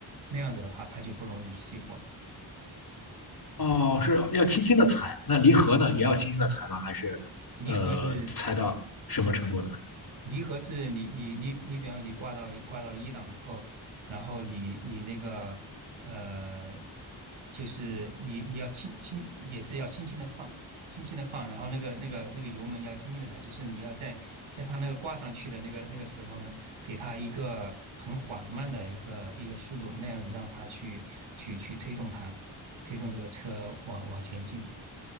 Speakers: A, on the right; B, on the left.
A: 那样子的话它就不容易熄火。
B: 哦，是要轻轻的踩，那离合呢也要轻轻的踩吗？还是呃踩到什么程度呢？
A: 离合是离合是你你你你，比方说你挂到挂到一档之后，然后你你那个呃，就是你你要轻轻也是要轻轻的放，轻轻的放，然后那个那个那个油门要轻轻的踩，就是你要在在它那个挂上去的那个那个时候呢，给它一个很缓慢的一个一个速度，那样子让它去去去推动它，推动这个车往往前进。